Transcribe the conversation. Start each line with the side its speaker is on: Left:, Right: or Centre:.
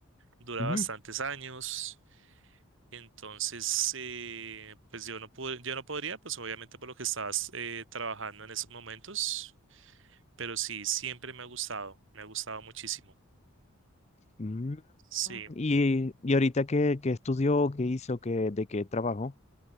Right: dura
Left: Ujú.
Right: bastantes años. Entonces, eh, pues yo no pude, yo no podría, pues obviamente por lo que estabas eh, trabajando en esos momentos, pero sí, siempre me ha gustado, me ha gustado muchísimo.
Left: Mm,
Right: Sí.
Left: Y, y ahorita qué, qué estudió, qué hizo, qué, de qué trabajó?